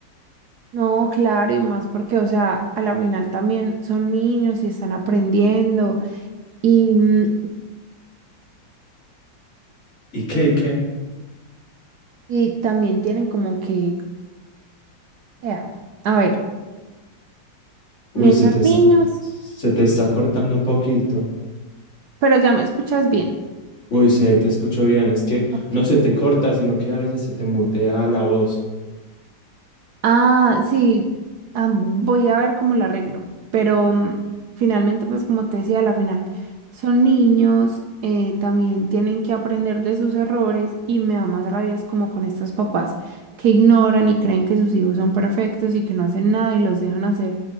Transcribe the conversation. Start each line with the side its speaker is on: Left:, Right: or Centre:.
Right: No, claro, y más porque, o sea, a la final también son niños y están aprendiendo y, mm,
Left: ¿Y qué? ¿Y qué?
Right: y también tienen como que, o sea, a ver,
Left: Uy,
Right: también
Left: se
Right: son
Left: te está,
Right: niños.
Left: se te está cortando un poquito.
Right: Pero ya me escuchas bien.
Left: Uy, sí, ahí te escucho bien, es que
Right: Ok.
Left: no se te corta, sino que a veces se te mutea la voz.
Right: Ah, sí, ah, voy a ver cómo lo arreglo, pero mm, finalmente, pues como te decía, a la final son niños, eh, también tienen que aprender de sus errores y me da más rabia es como con estos papás que ignoran y creen que sus hijos son perfectos y que no hacen nada y los dejan hacer